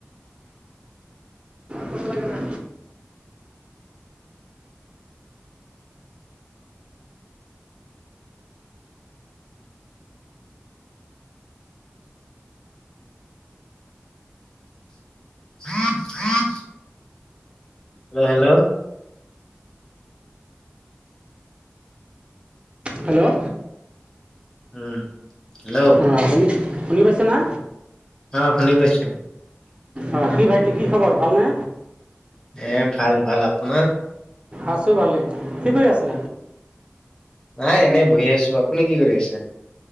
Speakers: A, on the right (about 25°); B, on the left (about 15°).
A: কব লাগে না
B: <unintelligible> হেল্ল হেল্ল'
A: হেল্ল'
B: উম হেল্ল'
A: আহ শুনি শুনি পাইছা না।
B: অ <unintelligible>
A: অ কি ভাইটি কি খবৰ ভালনে
B: এ ভাল ভাল আ আপোনাৰ
A: আছো ভালেই কি কৰি আছে।
B: নাই এনেই বহি আছো আপুনি কি কৰি আছে।